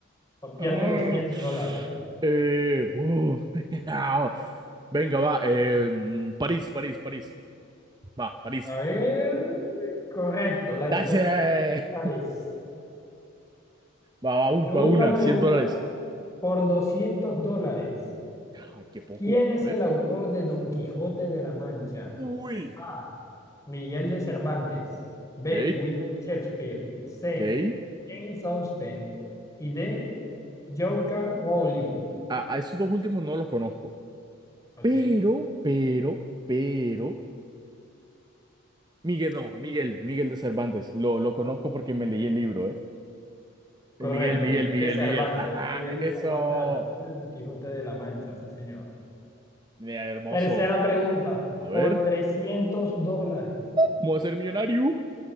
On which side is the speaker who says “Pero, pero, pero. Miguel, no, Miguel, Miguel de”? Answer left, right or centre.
Right